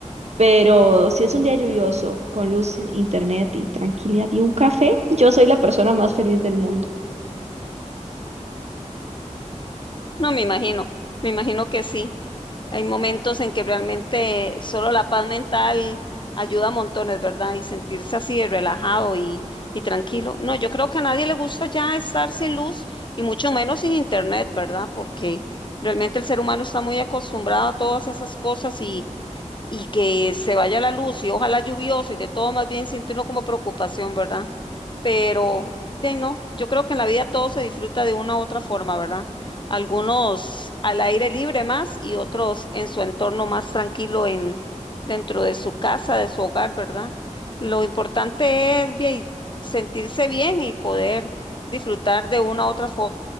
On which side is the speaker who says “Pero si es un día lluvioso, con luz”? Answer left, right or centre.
Right